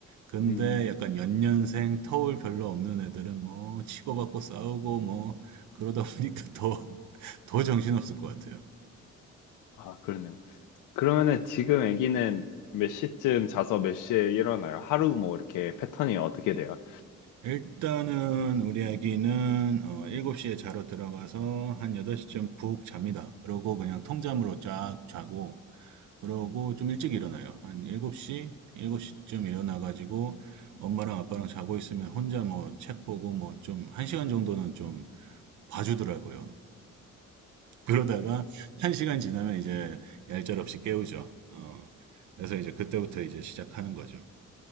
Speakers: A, on the right (about 70°); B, on the left (about 85°).
A: 근데
B: 음,
A: 약간 연년생 터울 별로 없는 애들은 뭐 치고받고 싸우고 뭐 그러다 보니까 더, <laughs> 더 정신없을 것 같아요.
B: 아, 그러네요. 그러면은 지금 아기는 몇 시쯤 자서 몇 시에 일어나요? 하루 뭐 이렇게 패턴이 어떻게 돼요?
A: 일단은 우리 아기는 어, 7시에 자러 들어가서 한 8시쯤 푹 잡니다. 그러고 그냥 통잠으로 쫙 자고 그러고 좀 일찍 일어나요. 한 7시, 7시쯤 일어나가지고 엄마랑 아빠랑 자고 있으면 혼자 뭐 책 보고 뭐 좀 한시간 정도는 좀 봐주더라고요. 그러다가 한시간 지나면 이제 얄짤없이 깨우죠. 어, 그래서 이제 그때부터 이제 시작하는 거죠.